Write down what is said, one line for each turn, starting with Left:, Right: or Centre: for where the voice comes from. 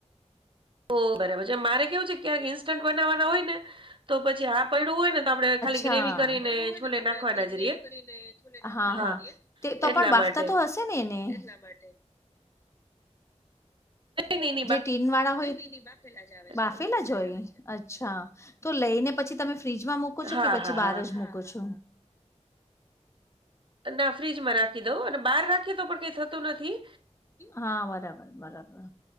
Right: ઓ બરાબર છે મારે કેવું છે ક્યાંક ઈન્સ્ટન્ટ બનાવવાના હોય ને તો પછી આ પડું હોય ને તો આપડણે ખાલી
Left: હા
Right: ગ્રેવી
Left: ના
Right: કરીને
Left: પડ્યું હોય
Right: છોલે
Left: ને તો
Right: નાખવાના
Left: ખાલી ગ્રેવી
Right: જ રહીએ
Left: બનાવી ને
Right: હા
Left: તો
Right: એટલા
Left: પણ બાફવા
Right: માટે
Left: તો તો હશે ને એને એટલા માટે
Right: નહી નહી.
Left: જે ટીન વાળા હોય નહી નહી બાફેલા આવે બાફેલા
Right: હા
Left: જોઈ અચ્છા તો લઈને પછી તમે ફ્રીજમાં મુકો
Right: હા,
Left: છો કે પછી
Right: હા,
Left: બહાર
Right: હા.
Left: જ મુકો છો?
Right: ના ફ્રીજમાં રાખી દઉં અને બહાર રાખીએ તો પણ કઈ થતું નથી
Left: હા બરાબર બરાબર.